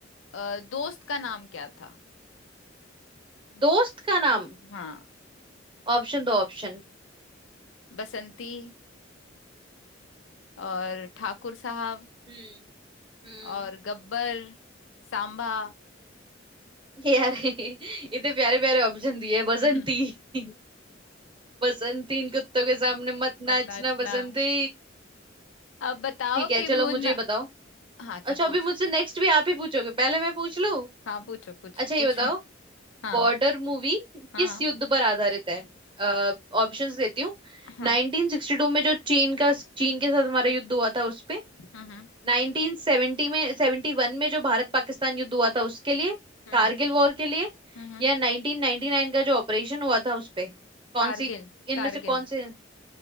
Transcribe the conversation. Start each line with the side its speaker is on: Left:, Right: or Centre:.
Left: अ, दोस्त का नाम क्या था
Right: दोस्त का नाम
Left: हाँ
Right: ऑप्शन दो ऑप्शन
Left: बसंती और ठाकुर साहब
Right: हम्म हम्म
Left: और गब्बर सांबा
Right: यार <laughs> इतने प्यारे प्यारे ऑप्शन दिए
Left: <laughs>
Right: बसंती <laughs> बसंती इन कुत्तों के सामने मत
Left: मत
Right: नाचना
Left: नाचना
Right: बसंती
Left: अब बताओ
Right: ठीक है
Left: कि
Right: चलो
Left: मुन्ना
Right: मुझे ये बताओ
Left: हाँ
Right: अच्छा
Left: चल पूछ
Right: अभी मुझसे नेक्स्ट भी आप ही पूछोगे पहले मैं पूछ लूं
Left: हाँ पूछो पूछो
Right: अच्छा ये
Left: पूछो
Right: बताओ
Left: हाँ
Right: बॉर्डर मूवी
Left: हाँ
Right: किस
Left: हाँ
Right: युद्ध पर आधारित है ऑप्शंस देती हूँ
Left: हाँ,
Right: 1962 में जो चीन का चीन के साथ हमारा युद्ध हुआ था उस पे
Left: हम्म
Right: 1970
Left: हम्म
Right: में 71 में जो भारत पाकिस्तान युद्ध हुआ था उसके लिए
Left: हम्म
Right: कारगिल
Left: हम्म,
Right: वॉर के लिए
Left: हम्म।
Right: या 1999 का जो ऑपरेशन हुआ था उस पे कौन
Left: कारगिल
Right: सी इनमें
Left: कारगिल
Right: से कौन से